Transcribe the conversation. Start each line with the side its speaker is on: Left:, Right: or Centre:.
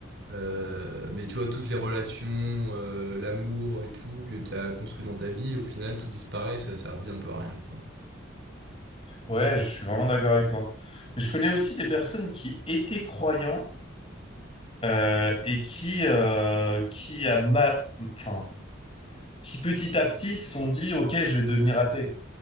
Right: Euh, mais tu vois toutes les relations, euh, l'amour et tout que t'as construit dans ta vie, au final tout disparaît, ça a servi un peu à rien, quoi.
Left: Ouais, je suis vraiment d'accord avec toi. Mais je connais aussi des personnes qui étaient croyants euh, et qui, euh, qui, a ma- enfin, qui petit à petit se sont dit, OK, je vais devenir athée.